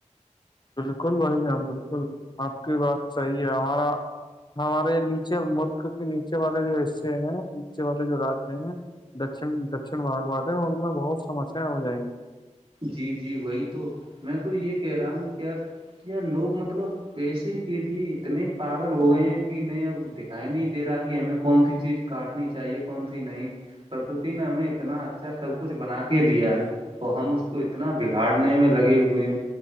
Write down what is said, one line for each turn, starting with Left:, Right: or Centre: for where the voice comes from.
Left: بالکل بھائی جان بالکل آپ کی بات صحیح ہے ہمارا ہمارے نیچے ملک نیچے والے جو حصے ہیں نیچے والے جو رجیہ ہیں دکن دکشن باگ والے ان میں بہت سمسیایں ہو جائیں گی
Right: جی جی وہی تو میں تو یہ کہہ رہا ہوں کیا کیا لوگ مطلب پیسے کے لیے اتنے پاگل ہو گئے ہیں کہ نہیں اب دکھائی نہیں دے رہا کہ ہمیں کون سی چیز کاٹ نی چاہیے کون سی نہیں پرکرتی نے ہمیں اتنا اچھا سب کچھ بنا کے دیا ہے اور ہم اس اس کو اتنا بگاڑنے میں لگے ہوئے ہیں